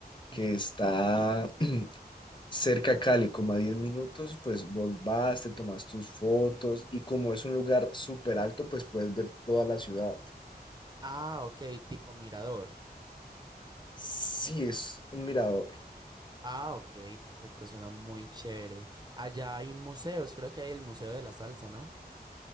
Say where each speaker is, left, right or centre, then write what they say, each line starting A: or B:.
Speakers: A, on the left (about 30°); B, on the right (about 25°).
A: que
B: ujú.
A: está <clears throat> cerca a Cali, como a 10 minutos, pues vos vas, te tomas tus fotos y como es un lugar súper alto, pues puedes ver toda la ciudad.
B: Ah, ok, tipo mirador.
A: Sí, es un mirador.
B: Ah, ok, perfecto, suena muy chévere. Allá hay museos, creo que hay el Museo de la Salsa, ¿no?